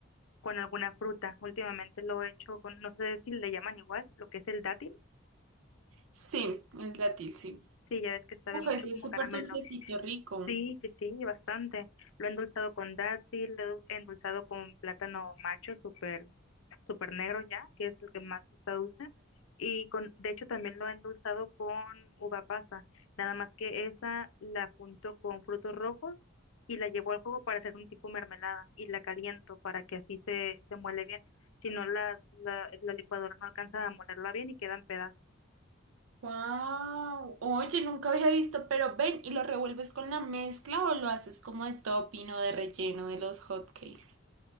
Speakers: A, on the left; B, on the right.
A: con alguna fruta. Últimamente lo he hecho con, no sé si le llaman igual, lo que es el dátil.
B: Sí, el dátil, sí.
A: Sí, ya ves que sabe
B: Uf,
A: mucho
B: ese
A: como
B: es súper
A: caramelo.
B: dulcecito, rico.
A: Sí, sí, sí, bastante. Lo he endulzado con dátil, lo he endulzado con plátano macho, súper, súper negro ya, que es el que más está dulce. Y con, de hecho, también lo he endulzado con uva pasa. Nada más que esa la junto con frutos rojos y la llevo al fuego para hacer un tipo mermelada y la caliento para que así se, se muele bien. Si no, las, la, la licuadora no alcanza a molerla bien y quedan pedazos.
B: Wow. Oye, nunca había visto, pero ven, ¿y lo revuelves con la mezcla o lo haces como de topping o de relleno de los hotcakes?